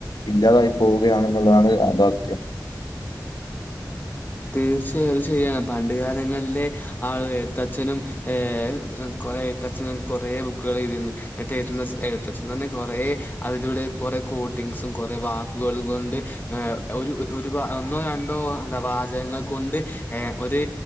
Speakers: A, on the left; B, on the left.
A: ഇല്ലാതായി പോവുകയാണെന്നുള്ളതാണ് യാഥാർത്ഥ്യം
B: തീർച്ചയായും അത് ശരിയാണ് പണ്ട് കാലങ്ങളിലെ ആഹ് എഴുത്തച്ഛനും ഏഹ് കൊറെ എഴുത്തച്ഛന കൊറെ ബുക്കുകൾ എഴുതിരുന്നു ന്നട്ട് എഴുതുന്ന എഴുത്തച്ഛന്നെ കുറെ അതിലൂടെ കുറെ കോട്ടിങ്ങ്സും കുറെ വാക്കുകളും കൊണ്ട് ഏഹ് ഒരു ഒരു ഒന്നോ രണ്ടോ എന്താ വാ ജങ്ങൾ കൊണ്ട് എഹ് ഒരു